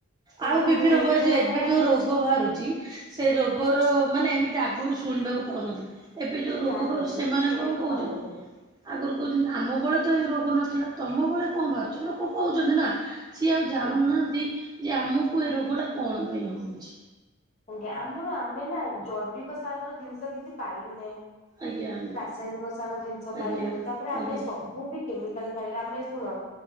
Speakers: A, on the left; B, on the right.
A: କିନ୍ତୁ
B: ଆଉ ବିଭିନ୍ନ ପ୍ରକାର ଯୋଉ
A: ଆମର
B: ଏବେ ଯୋଉ ରୋ ରୋଗ ବାହାରୁଛି ସେ ରୋଗର ମାନେ ଏମିତି ଆଗରୁ ଶୁଣିବାକୁ ପାଉନଥିଲେ। ଏବେ ଯୋଉ ରୋଗ
A: ଯାହା
B: ବାରୁଛି
A: କହିଲେ ଏମିତି
B: ସେମାନେ
A: ଶୁଣିବାକୁ
B: କଣ କହୁଛନ୍ତି?
A: ପାଉନଥିଲେ।
B: ଆଗରୁ କହୁଛନ୍ତି ଆମ ବଳେ ତ ଏ ରୋଗ ନଥିଲା ତମ ବଳେ କଣ ବାହାରୁଛି ଲୋକ କହୁଛନ୍ତି ନା ସିଏ ଆଉ ଜାଣୁନାହାନ୍ତି
A: ଆ
B: ଯେ ଆମକୁ ଏ ରୋଗ ଟା କଣ ପାଇଁ ହଉଛି।
A: ଆଜ୍ଞା ଆମର ଆମେ ନା ଜୈବିକ ସାର ର ଜିନିଷ କିଛି ପାଇଲୁ ନାହିଁ।
B: ଆଜ୍ଞା ଆଜ୍ଞା।
A: ସାୟନିକ ସାର ଜିନିଷ
B: ଆଜ୍ଞା
A: ପାଇଲୁ ତାପରେ ଆମେ
B: ଆଜ୍ଞା
A: ସବୁ ବି କେମିକାଲ ଖାଇଲେ ଆମେ ଶୁଣ